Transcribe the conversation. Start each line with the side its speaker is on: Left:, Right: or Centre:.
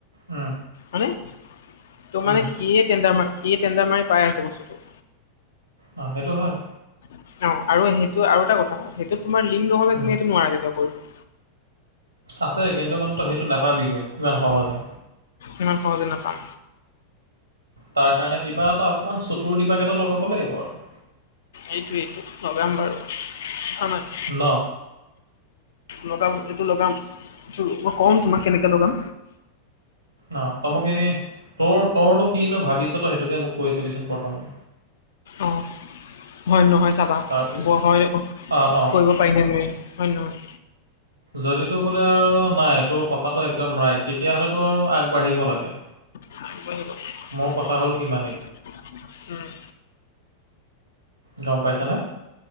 Right: উম
Left: হয়নে? ত' মানে
Right: উম
Left: সিয়ে টেণ্ডাৰ মাৰি-সিয়ে টণ্ডাৰ মাৰি পাই আছে বস্তুটো।
Right: অ, সেইটো হয়।
Left: অ, আৰু সেইটো আৰু এটা কথা সেইটো তোমাৰ লিংক নহলে
Right: উম
Left: তুমি সেইটো নোৱাৰা কেতিয়াও কৰিব।
Right: আছে কিন্তু মানে ত' সেইটো নাপাই বিগ ইমান সহজে।
Left: ইমান সহজে নাপাম।
Right: তাৰ কাৰণে কিবা এটা অকমান চতুৰ ডিমাগ এটা লগাব লাগিব আৰু।
Left: এইটোয়েটো লগাম বাৰু <unintelligible>
Right: ন?
Left: লগাম এইটো লগাম টো মই কম তোমাক কেনেকে লগাম।
Right: অ, তমোক এনেই তোৰ তোৰনো কিনো ভাবিছ তই সেইটোকে মোক কৈ চাবিচোন প্ৰথমে।
Left: অ, হয় নে নহয় চাবা
Right: তাৰপিছত
Left: ব হয় অহ,
Right: অঁ অঁ
Left: কৰিব পাই নে নোৱাই হয় নে নহয়?
Right: যদি তো বোলে আৰু নাই তোৰ কথাটো একদম ৰাইট তেতিয়াহ'লেতো আৰু আগবাঢ়িব লাগে।
Left: <unintelligible>
Right: মোৰ কথা হ'ল সিমানেই
Left: উম।
Right: গম পাইছানে?